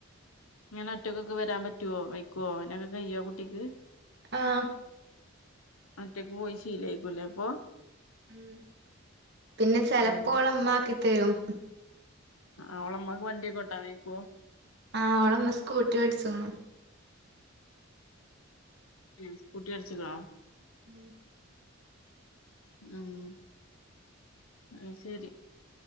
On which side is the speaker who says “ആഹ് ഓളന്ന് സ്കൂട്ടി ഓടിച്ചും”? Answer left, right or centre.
Right